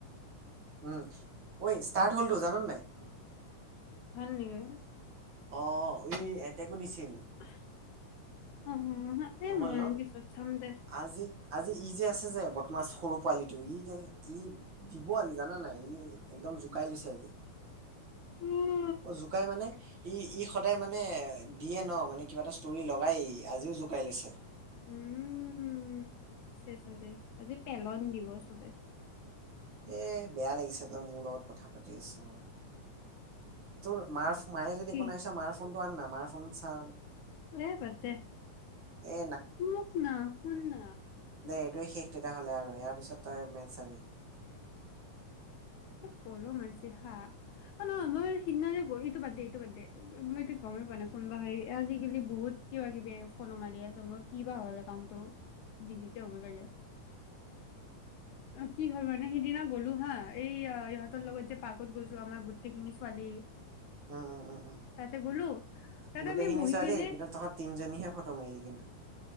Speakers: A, on the right; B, on the left.
A: উম ঐ ষ্টাৰ্ট হ'লটো জানন নাই?
B: হানে <unintelligible>
A: অ এতেকো দিছিল।
B: <unintelligible> অ এই
A: নহ'ল
B: মই
A: ন
B: পিছত চাম দে।
A: আজি আজি ই যে আছে যে ব মাছ সৰু পোৱালি টো ই কে ই দিব আজি জানা নাই ই একদম জ কাই লৈছে আজি
B: উম
A: অ জোকাই মানে ই ই সদায় মানে দিয়ে ন মানে কিবা এটা ষ্টৰি লগাই আজিও জোকাই লৈছে।
B: উম চেচ আজি আজি পেলন দিব চবে!
A: এ বেয়া লাগিছে তই মোৰ লগত কথা পাতি আছো তোৰ মাৰ মায়ে যদি
B: কি
A: একো নাইছা মাৰ ফোনটো আন ন মাৰ ফোনত চা
B: এ বাদ দে
A: এ
B: মুক ন শুন্ ন
A: দেই এইটোয়ে শেষ তেতিয়া হ'লে আৰু ইয়াৰ পিছত তই মেটচ চাবি
B: কলো মাৰছি হা অ নহ মই সিদিনা ইটো বাদ দে এইটো বাদ দে মই এইটো গমেই পোৱা নাই কোন বা আজিকালি বহুত কিবা কিবি ফোন মাৰি আছে মোক কি বা হল একাউণ্টটো ডিলিতে হ'ব চাগে কি হয় মানে সেইটো দিনা গ'লো হা এই ইহঁতৰ লগত যে পাৰ্কত গৈছো আমাৰ গোটেইখিনি ছোৱালী
A: উম উম উম
B: তাতে গ'লো তাতে
A: গোটেইখিনি
B: আমি বহি
A: ছোৱালী
B: কেনে
A: কিন্তু তহঁত তিনজনীহে ফটো মাৰিলি কিন্তু